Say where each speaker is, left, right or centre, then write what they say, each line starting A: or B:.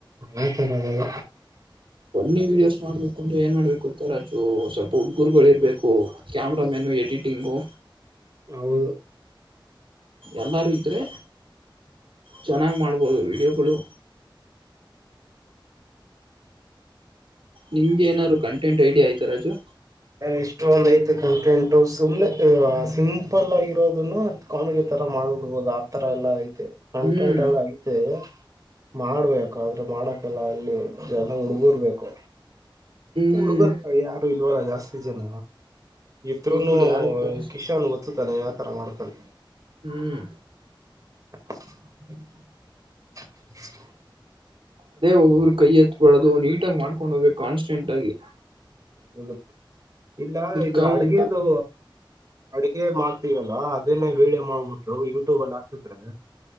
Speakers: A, on the right; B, on the right.
A: ಆತರದಲ್ಲ
B: ಫನ್ನಿ ವಿಡಿಯೋಸ್ ಮಾಡ್ಬೇಕು ಅಂದ್ರೆ ಏನ್ ಮಾಡ್ಬೇಕು ಗೂತ್ತ ರಾಜು ಸ್ವಲ್ಪ ಹುಡ್ಗರುಗಳು ಇರ್ಬೇಕು ಕ್ಯಾಮರ ಮೆನ್ ಎಡಿಟಿಂಗು
A: ಹೌದು
B: ಎಲ್ಲರೂ ಇದ್ರರೆ ಚೆನ್ನಾಗ ಮಾಡ್ಬೋದು ವೀಡಿಯೋಗಳು ನಿಮ್ಗೆ ಏನಾದ್ರು ಕಂಟೆಂಟ್ ಐಡಿ ಆಯ್ತಾ ರಾಜು
A: ಎಷ್ಟೊಂದ್ ಐತ ಕಂಟೆಂಟ್ ಸುಮ್ನೆ ಸಿಂಪಲ್ ಆಗಿರೋದು ಕಾಮಿಡಿ ತರ ಮಾಡ್ಬಿಡ್ಬೋದು ಆತರ ಎಲ್ಲಾ ಐತೆ ಕಂಟೆಂಟ್
B: ಹ್ಮ್
A: ಎಲ್ಲ ಐತೆ ಮಾಡ್ಬೇಕು ಆದ್ರೆ ಮಾಡಕಲ್ಲ ಅಲ್ಲಿ ಜನ ಹುಡ್ಗುರ್ಬೇಕು
B: ಹ್ಮ್
A: ಹುಡ್ಗರ್ ಯಾರು ಇಲ್ವಲ್ಲ ಜಾಸ್ತಿ ಜನ ಇದ್ರುನು
B: ಗುರುಗಳು ಯಾರ ಇದ್ದಾರೆ
A: ಕಿಶಾನ್ ಗೊತ್ತತಾನೆ ಆತರ ಮಾಡ್ತಾನೆ
B: ಹ್ಮ್
A: <inaudible>
B: ಅದೇ ಒಬ್ಬೊಬ್ರು ಕೈ ಎತ್ತತ್ಬಳೋದು ನೀಟಾಗಿ ಮಾಡ್ಕೊಂಡ್ ಹೋಗ್ಬೇಕು ಕಾನ್ಸ್ಟೆಂಟ್ ಆಗಿ
A: ಹೌದು ಇಲ್ಲ
B: ಕ್ಲಿಕ್ಕಾಗ
A: ಇದು ಅಡ್ಗೆದು
B: ಅಂತ
A: ಅಡಗೆ ಮಾಡ್ ಲ್ವಾ ಅದನ್ನೇ ವೀಡಿಯೋ ಮಾಡ್ಬಿಟ್ಟು ಯೂಟ್ಯೂಬ ಅಲ್ಲಿ ಹಾಕಿದ್ರೆ